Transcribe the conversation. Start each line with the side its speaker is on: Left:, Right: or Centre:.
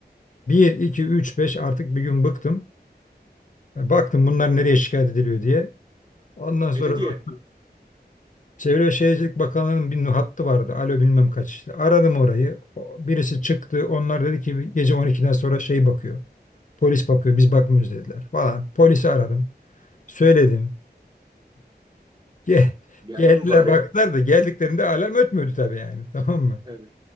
Left: Bir 2 3 5 artık bir gün bıktım. E, Baktım bunlar nereye şikayet ediliyor diye. Ondan
Right: Belediye.
Left: sonra bu Çevre ve Şehircilik Bakanlığı'nın bir hattı vardı. Alo bilmem kaç işte. Aradım orayı. O- Birisi çıktı. Onlar dedi ki gece on iki'den sonra şey bakıyor. Polis bakıyor biz bakmıyoruz dediler falan. Polisi aradım. Söyledim. Ge- <laughs>
Right: Geldim
Left: geldiler
Right: bari.
Left: baktılar da geldiklerinde alarm ötmüyordu tabii yani <laughs> tamam mı?
Right: Evet.